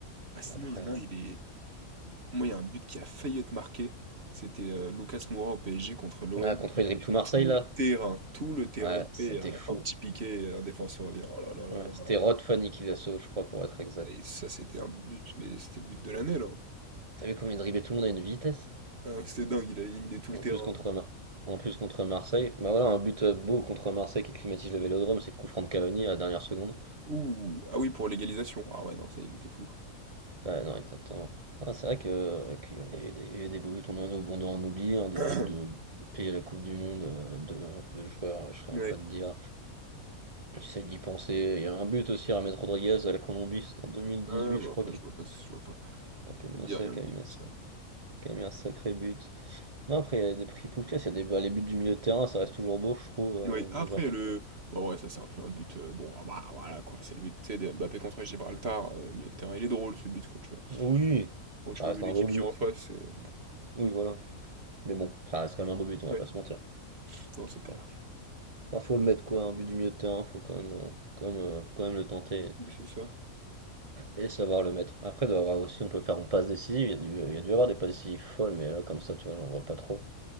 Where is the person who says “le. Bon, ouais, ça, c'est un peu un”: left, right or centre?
Right